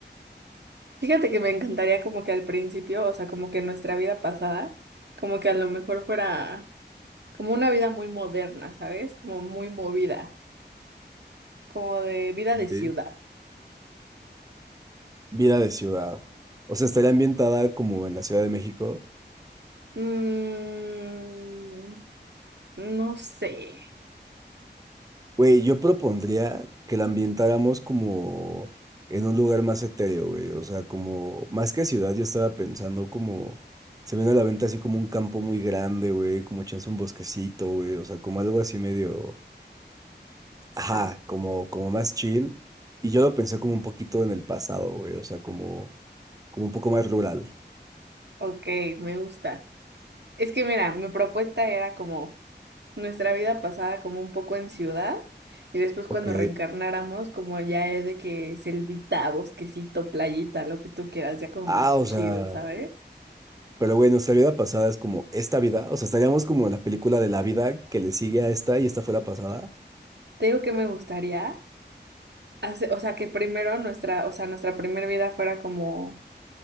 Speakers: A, on the right; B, on the right.
A: Fíjate que me encantaría como que al principio, o sea, como que nuestra vida pasada, como que a lo mejor fuera como una vida muy moderna, ¿sabes? Como muy movida, como de vida
B: Ok.
A: de ciudad.
B: Vida de ciudad. O sea, estaría ambientada como en la Ciudad de México.
A: Mm, no sé.
B: Güey, yo propondría que la ambientáramos como en un lugar más etéreo, güey. O sea, como más que ciudad, yo estaba pensando como se me viene a la venta así como un campo muy grande, güey, como chance un bosquecito, güey. O sea, como algo así medio. Ajá,
A: Ah,
B: como, como más chill. Y yo lo pensé como un poquito en el pasado, güey. O sea, como, como un poco más rural.
A: ok, me gusta. Es que mira, mi propuesta era como nuestra vida pasada como un poco en ciudad y después
B: Ok.
A: cuando reencarnáramos como ya es de que selvita, bosquecito, playita, lo que tú quieras, ya como
B: Ah,
A: más
B: o
A: chill,
B: sea.
A: ¿sabes?
B: Pero, güey, nuestra vida pasada es como esta vida. O sea, estaríamos como en la película de la vida que le sigue a esta y esta fue la pasada.
A: Te digo que me gustaría hacer, o sea, que primero nuestra, o sea, nuestra primera vida fuera como,